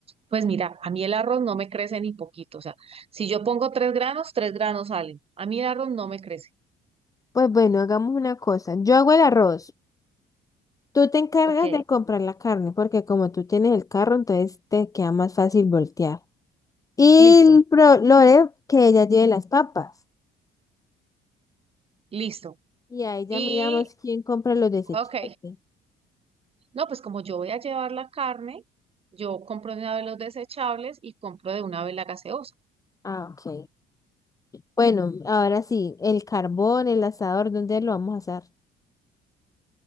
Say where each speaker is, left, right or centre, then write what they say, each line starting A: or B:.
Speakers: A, on the right; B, on the left.
A: Pues mira, a mí el arroz no me crece ni poquito. O sea, si yo pongo tres granos, tres granos salen. A mí el arroz no me crece.
B: Pues bueno, hagamos una cosa. Yo hago el arroz. Tú te encargas
A: Ok,
B: de comprar la carne, porque como tú tienes el carro, entonces te queda más fácil voltear. Y
A: Listo,
B: el pro- Lore, que ella lleve las papas.
A: listo.
B: Y ahí ya
A: Y,
B: miramos quién compra los desechables.
A: ok, no, pues como yo voy a llevar la carne, yo compro de una vez los desechables y compro de una vez la gaseosa.
B: Ah, ok. Bueno, ahora sí, el carbón, el asador, ¿dónde lo vamos a asar?